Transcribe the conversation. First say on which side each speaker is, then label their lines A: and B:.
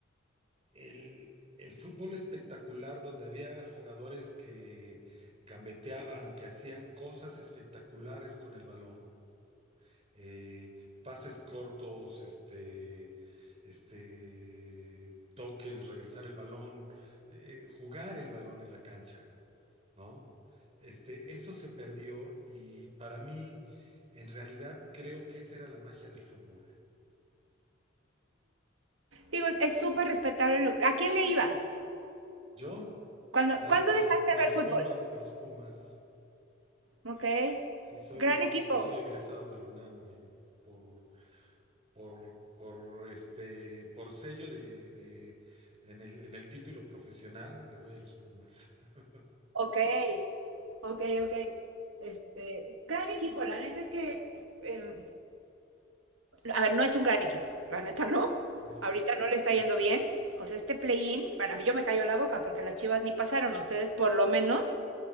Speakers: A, on the right; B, on the right.
A: el, el fútbol espectacular, donde había jugadores que gambeteaban, que hacían cosas espectaculares con el balón, eh, pases cortos, este, este, toques, regresar el balón, eh, eh, jugar el balón en la cancha. ¿no? Este, eso se perdió y para mí, en realidad, creo que esa era la magia del fútbol.
B: digo, es súper respetable. lo- ¿A quién le ibas?
A: Yo,
B: ¿Cuándo,
A: al-
B: ¿Cuándo
A: a,
B: dejaste
A: los, a
B: de ver
A: los
B: fútbol?
A: Pumas, a los Pumas,
B: Ok,
A: sí soy,
B: gran equipo.
A: yo soy egresado de la UNAM y por, por, por, este, por sello de, de- en el, en el título profesional, le voy a los Pumas. <laughs>
B: Ok, ok, ok. Este, gran equipo, la neta es que em, a ver, no es un gran equipo, la neta no.
A: No,
B: Ahorita no le está yendo bien. O sea, este play-in, para mí yo me cayó la boca porque las Chivas ni pasaron. Ustedes por lo menos,